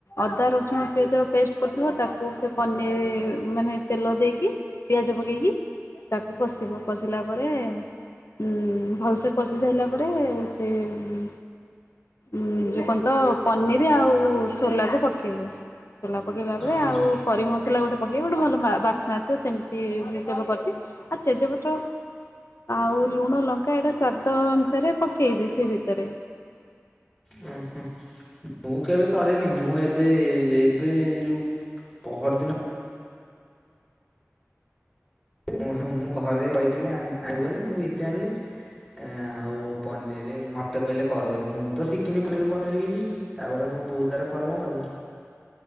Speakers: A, on the left; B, on the left.
A: ଅଦା ରସୁଣ ପିଆଜ ପେଷ୍ଟ କରିଥିବ ତାକୁ ସେ ପନି ମାନେ ତେଲ ଦେଇକି ପିଆଜ ପକେଇକି ତାକୁ କସିବ କସିଲା ପରେ ଉଁ ଭଲ ସେ କସି ସାଇଲା ପରେ ସେ ଉଁ ଉଁ କଁ ତ ପନିରି ଆଉ ସୋଲାକୁ ପକେଇବେ। ମସଲା ପକେଇଲା ପରେ
B: ଅଁ
A: ଆଉ
B: ହଁ
A: କରି ମସଲା ଗୋଟେ ପକେଇ ଗୋଟେ ଭଲ ବା ବାସ୍ନା ଆସିବ ସେମତି ହୁଁ କେବେ କରଛି ଆ ଚେଜପତ୍ର ଆଉ ଲୁଣ ଲଙ୍କା ଏଇଟା ସ୍ଵାଦ ଅନୁସାରେ ପକେଇବେ ସେଇ ଭିତରେ।
B: ଉଁ ହୁଁ। ମୁଁ କେବେ କରେନି ମୁଁ ଏବେ ଏବେ ଏଇ ଯୋଉ ପହରଦିନ ଉଁ ହୁଁ ମୁଁ ଘରେ କହିଥିଲି ଆଗ୍ ଆଗ ଯେ ମୁଁ ଗୀତା ଆଣିଲି ଆଁ ଆଉ ପନିରି ମତେ କହିଲେ କର ବୋଲି ମୁଁ ତ ଶିକିନି ପନିଅରୀ ଫନିଅରୀ କିଛି। ତାପରେ ମୋ ବୋଉ ତାର କଲା ଆଉ।